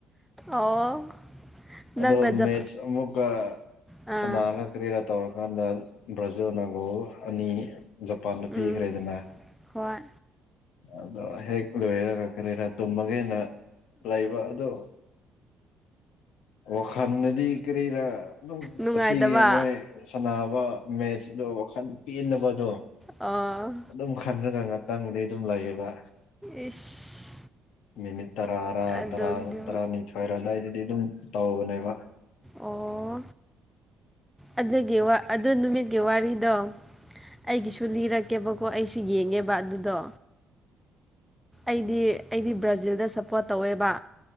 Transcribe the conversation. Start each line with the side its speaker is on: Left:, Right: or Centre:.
Centre: ꯑꯣ ꯅꯪꯅ
Left: ꯑꯗꯣ
Centre: ꯖꯞ
Left: ꯃꯦꯠꯁ ꯑꯃꯨꯛꯀ
Centre: ꯑꯥ
Left: ꯁ ꯅꯜ ꯀꯔꯤꯔ ꯇꯧꯀꯥꯟꯗ ꯕꯔꯥꯖꯤꯜꯅ ꯒꯣꯜ ꯑꯅꯤ ꯖꯄꯥꯟꯗ ꯄꯤꯈ꯭ꯔꯦꯗꯅ
Centre: ꯎꯝ ꯍꯣꯏ
Left: ꯑꯗꯣ ꯍꯦꯛ ꯂꯣꯏꯔꯒ ꯀꯔꯤꯔꯥ ꯇꯨꯝꯃꯒꯦꯅ ꯂꯩꯕ ꯑꯗꯣ ꯋꯥꯈꯥꯟꯗ ꯀ ꯀꯔꯤꯔ ꯑꯗꯨꯝ
Centre: ꯅꯨꯡꯉꯥꯏꯇꯕ
Left: ꯑꯁꯤꯒꯤ ꯃꯣꯏ ꯁꯥꯟꯅꯕ ꯃꯦꯠꯆꯗꯣ ꯋꯥꯈꯜ ꯄꯦꯟꯅ ꯍꯥꯏꯕꯗꯣ
Centre: ꯑꯥ
Left: ꯑꯗꯨꯝ ꯈꯟꯂꯒ ꯉꯥꯛꯇꯪꯕꯨꯗꯤ ꯑꯗꯨꯝ ꯂꯩꯌꯦꯕ
Centre: ꯑꯦꯁ
Left: ꯃꯤꯅꯤꯠ ꯇꯔꯥꯔꯥ
Centre: ꯑꯗꯨꯒꯤꯗꯤ
Left: ꯇꯔꯥ ꯇꯔꯥꯅꯤꯊꯣꯢꯔ ꯑꯣꯏꯔꯗꯥꯏꯗꯨꯗꯤ ꯑꯗꯨꯝ ꯇꯧꯕꯅꯦꯕ
Centre: ꯑꯣ ꯑꯗꯨꯒꯤ ꯋꯥ ꯑꯗꯨ ꯅꯨꯃꯤ ꯋꯥꯔꯤꯗꯣ ꯑꯩꯒꯤꯁꯨ ꯂꯤꯔꯛꯀꯦꯕꯀꯣ ꯑꯩꯁꯨ ꯌꯦꯡꯉꯦꯕ ꯑꯗꯨꯗꯣ ꯑꯩꯗꯤ ꯑꯩꯗꯤ ꯕ꯭ꯔꯥꯖꯤꯜꯗ ꯁꯞꯄꯣꯔꯠ ꯇꯧꯋꯦꯕ